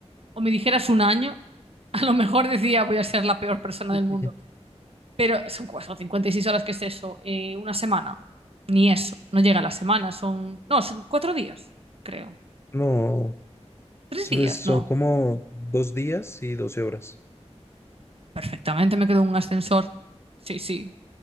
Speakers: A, on the right; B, on the left.
A: o me dijeras un año, a lo mejor decía voy a ser la peor persona
B: <laughs>
A: del mundo. Pero son cuatro, 56 horas, ¿qué es eso? Eh, una semana. Ni eso. No llega a la semana. Son. No, son cuatro días, creo.
B: No,
A: Tres
B: pues
A: días,
B: son
A: no.
B: como dos días y 12 horas.
A: Perfectamente me quedo en un ascensor. Sí, sí.